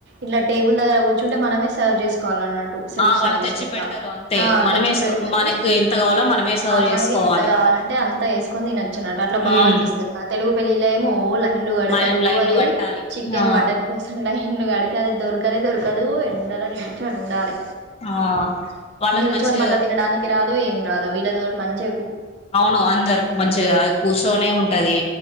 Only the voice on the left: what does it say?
ఆ వాళ్ళు
తెచ్చి
పెడతారు అంతే మనమే
మనకి ఎంత కావాలో మనమే సర్వ్
చేసుకోవాలి
ఉమ్
మనం లైన్లు
కట్టాలి
ఆ
ఆ వాళ్ళది
మంచి
అవును అందరుకు మంచిగా కూర్చొనే ఉంటది